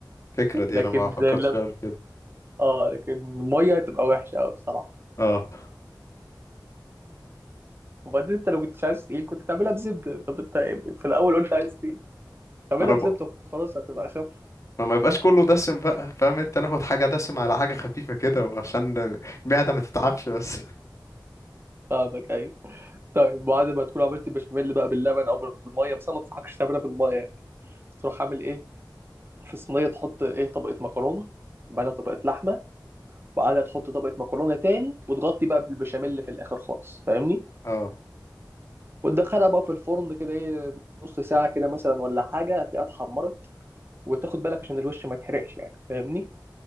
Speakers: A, on the left (about 45°); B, on the right (about 30°).
A: الفكره دي
B: لكن
A: انا ما فكرتش
B: اللبن
A: فيها قبل كده
B: اه لكن الميه تبقى وحشه قوي بصراحه
A: اه
B: وبعدين انت لو كنتش عايز تقيل كنت تعملها بزبده طب انت في الاول قلت عايز تقيل تعملها
A: انا
B: بزبده
A: بقى
B: وخلاص هتبقى اخف
A: ما يبقاش كله دسم بقى فاهم انت ناخد حاجه دسم على حاجه خفيفه كده وعشان المعده ما تتعبش بس
B: فاهمك ايوه طيب بعد ما تكون عملت البشاميل بقى باللبن او بالميه بس انا ما انصحكش تعملها بالميه يعني تروح عامل ايه في صينيه تحط ايه طبقه مكرونه بعدها طبقه لحمه وبعدها تحط طبقه مكرونه تاني وتغطي بقى بالبشاميل في الاخر خالص فاهمني
A: اه
B: وتدخلها بقى في الفرن كده ايه نص ساعه كده مثلا ولا حاجه هتلاقيها اتحمرت وتاخد بالك عشان الوش ما يتحرقش يعني فاهمني